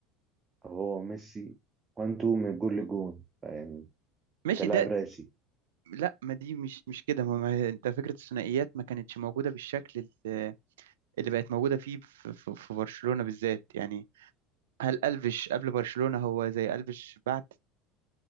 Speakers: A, on the right; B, on the right.
A: أو هو وميسي وان تو من جول لجون يعني
B: ماشي
A: كان
B: ده
A: لاعب راسي
B: لا ما دي مش مش كده ما ما- انت فكره الثنائيات ما كانتش موجوده بالشكل ال- اللي بقت موجوده فيه في, في, في برشلونه بالذات يعني هل الفيش قبل برشلونه هو زي الفيش بعد